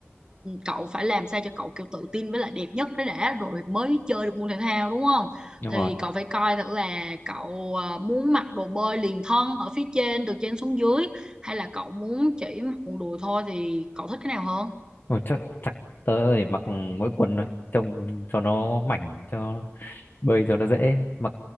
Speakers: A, on the right; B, on the left.
A: cậu phải làm sao cho cậu kiểu tự tin với lại đẹp nhất đấy đã rồi mới chơi được môn thể thao đúng không
B: đúng
A: thì
B: rồi
A: cậu phải coi thử là cậu ờ, muốn mặc đồ bơi liền thân ở phía trên từ trên xuống dưới hay là cậu muốn chỉ mặc quần đùi thôi thì cậu thích cái nào hơn
B: Ôi, chắc chắc tớ để mặc mỗi quần thôi trông cho nó mảnh cho bơi cho nó dễ mặc